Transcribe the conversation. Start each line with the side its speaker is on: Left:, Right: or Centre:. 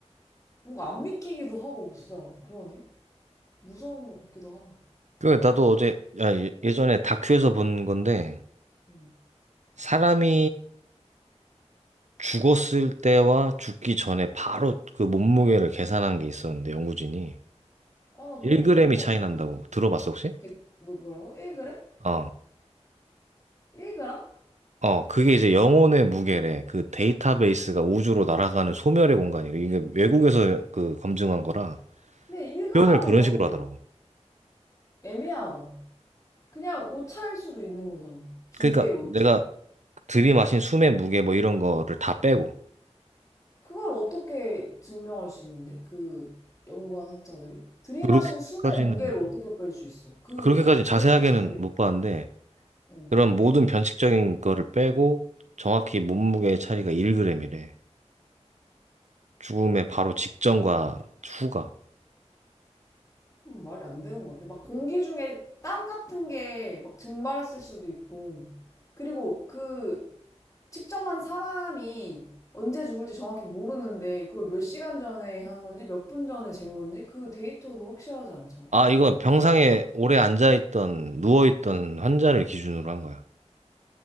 Left: 뭔가 안 믿기기도 하고 진짜 그러네. 무서운 것 같기도 하다.
Right: 그, 나도 어제, 아, 예- 예전에 다큐에서 본 건데,
Left: 음.
Right: 사람이 죽었을 때와 죽기 전에 바로 그 몸무게를 계산한 게 있었는데, 연구진이.
Left: 아, 나 그런
Right: 1g이
Left: 거 본 것
Right: 차이
Left: 같아.
Right: 난다고 들어봤어, 혹시?
Left: 백, 뭐, 뭐라고? 1그램?
Right: 어.
Left: 1g?
Right: 어, 그게 이제 영혼의 무게래. 그 데이터베이스가 우주로 날아가는 소멸의 공간이래. 이게 외국에서 그 검증한 거라
Left: 근데 1g은
Right: 표현을 그런
Left: 너무
Right: 식으로 하더라고.
Left: 애매하다. 그냥 오차일 수도 있는 거잖아. 기계의
Right: 그러니까
Left: 오차.
Right: 내가 들이마신 숨의 무게 뭐 이런 거를 다 빼고.
Left: 그걸 어떻게 증명할 수 있는데? 그 연구한 학자들이? 들이마신
Right: 그렇게까지는,
Left: 숨의 무게를 어떻게 뺄 수 있어? 그
Right: 그렇게까지
Left: 무게
Right: 자세하게는
Left: 자체를,
Right: 못 봤는데,
Left: 어.
Right: 그런 모든 변칙적인 거를 빼고 정확히 몸무게의 차이가 1g이래. 죽음의 바로 직전과 후가.
Left: 그럼 말이 안 되는 것 같아. 막 공기 중에 땀 같은 게 막 증발했을 수도 있고. 그리고 그 측정한 사람이 언제 죽을지 정확히 모르는데 그걸 몇 시간 전에 한 건지 몇 분 전에 잰 건지 그 데이터도 확실하지 않잖아.
Right: 아, 이건 병상에 오래 앉아있던, 누워있던 환자를 기준으로 한 거야.